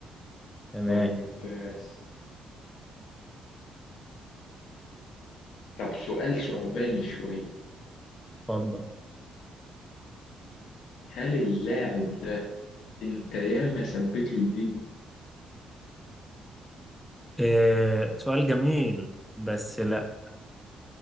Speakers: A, in the centre; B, on the left.
A: تمام
B: طيب بس طب سؤال ثعباني شوية
A: اتفضل
B: هل اللاعب ده انت ياما ثبت له الدين
A: آه سؤال جميل بس لأ